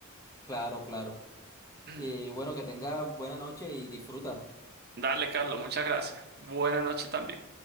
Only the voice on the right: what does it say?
<clears throat>
Dale, Carlos, muchas gracias. Buena noche también.